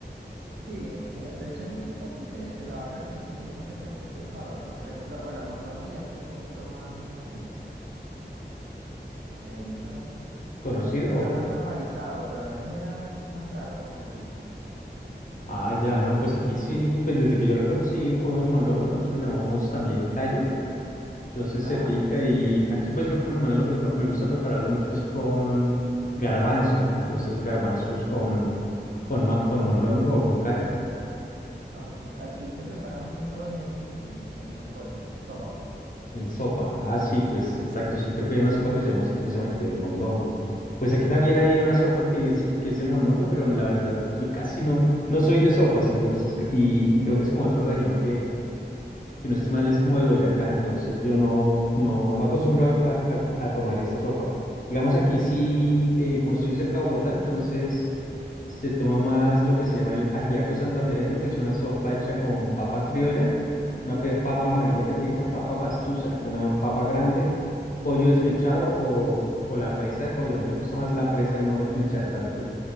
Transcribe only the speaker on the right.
Sí, es que de hecho hay muchas partes de, de la vaca que no se utilizan que también son sabrosas. Por ejemplo, bueno, el mondongo ya está un poquito más, mm, eh, ¿cómo se llama?
Está
más normalizado, pero antes era más raro comerlo.
Ajá.
Ok, Aquí se prepara más que todo es en, en sancochos, en sopas, pues.
Sí.